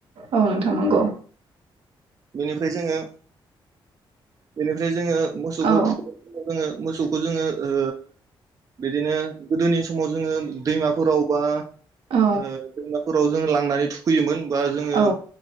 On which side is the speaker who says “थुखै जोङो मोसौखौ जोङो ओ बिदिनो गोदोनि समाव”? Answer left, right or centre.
Right